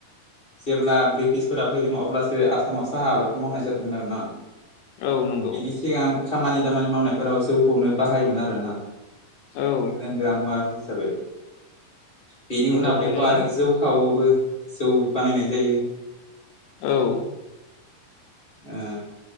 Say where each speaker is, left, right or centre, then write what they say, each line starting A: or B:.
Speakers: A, on the left; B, on the left.
A: जेब्ला ब्रिटिशफोरा फैदों अब्लासो आसामाव साहा आबादखौ मावनाय जादोंमोन आरो ना
B: औ नंगौ
A: बेनि सिगां खामानि दामानि मावनायफोराव जौखौनो बाहायोमोन आरोना
B: औ
A: लोंग्रा मुवा हिसाबै बेनि
B: नंगौ
A: उनाव
B: थारैनो
A: बेखौ आरो जौ खावआवबो जौ बानायनाय जायो
B: औ
A: ओ